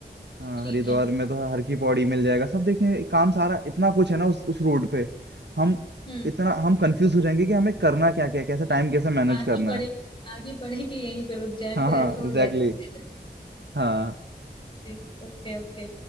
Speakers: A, on the right; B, on the left.
A: हाँ
B: ठीक
A: हरिद्वार
B: है
A: में तो हर की पौड़ी मिल जाएगा सब देखें काम सारा इतना कुछ है ना उस उस रोड पे हम
B: हम्म
A: इतना हम कंफ्यूज हो जाएंगे कि हमें करना क्या क्या है, कैसे टाइम कैसे मैनेज
B: आगे
A: करना
B: बढ़े
A: है
B: आगे बढ़े कि यहीं पे रुक जाए
A: हाँ
B: फिर
A: हाँ
B: ऐसा हो
A: एग्जैक्टली
B: जाएगा
A: हाँ
B: <laughs> Okay okay